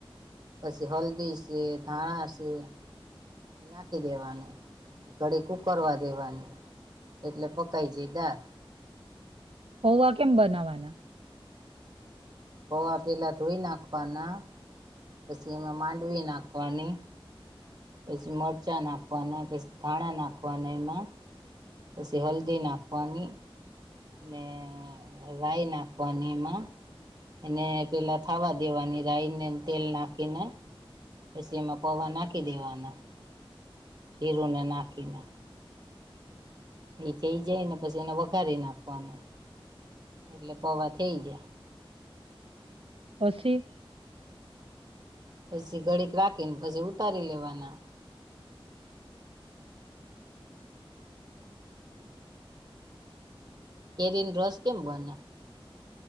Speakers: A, on the right; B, on the right.
A: પછી હલ્દી છે ધાણા છે. એ નાખી દેવાનું ઘડી ઉકરવા દેવાનું. એટલે પકાઈ જઈ દા
B: પૌવા કેમ બનાવવાના?
A: પૌવા પેલાં ધોઈ નાખવાના. પછી એમાં માંડવી નાખવાની. પછી મરચાં નાખવાના પછી ધાણા નાખવાના એમાં. જી હલ્દી નાખ પાણી. અનેને રાાય નાખમાં. એને પેલા થાવા દેવાની રાયને તેલ નાખીને. પછી એમાં પવા નાખી દેવાના. ચીરું ને નાખિને એ થઇ જાય ને પછી એને વઘારી નાખવાના. એટલે પવા થઈ જાય.
B: પછી
A: પછી ગડીક રાખીને પછી ઉતારી લેવાના. કેરીન રસ કેમ બને?